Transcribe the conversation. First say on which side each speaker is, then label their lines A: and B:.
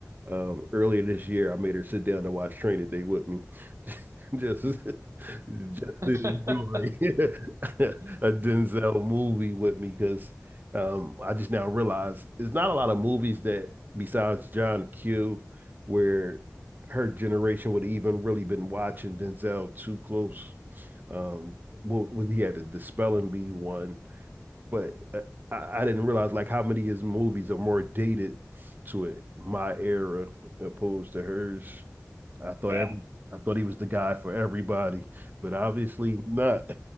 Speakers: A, on the right; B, on the right.
A: Um, earlier this year, I made her sit down and watch Training Day with me, <laughs> just just
B: it.
A: to enjoy
B: <laughs>
A: <laughs>
B: <laughs>
A: a Denzel movie with me because um, I just now realized there's not a lot of movies that besides John Q where her generation would have even really been watching Denzel too close. Um, what was he had the, the Spelling Bee one? but uh, I, I didn't realize like how many of his movies are more dated to it, my era opposed to hers. I thought
B: Yeah.
A: every I thought he was the guy for everybody, but obviously not.